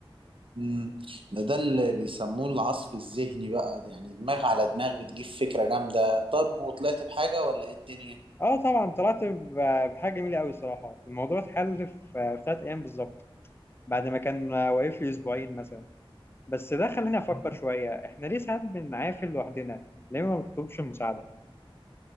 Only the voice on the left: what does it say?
اه طبعا طلعت ب- بحاجه جميله قوي الصراحه الموضوع اتحل في في ثلاث ايام بالظبط بعد ما كان واقف لي اسبوعين مثلا بس ده خلاني افكر شويه احنا ليه ساعات بنعافل لوحدنا ليه ما بنطلبش المساعده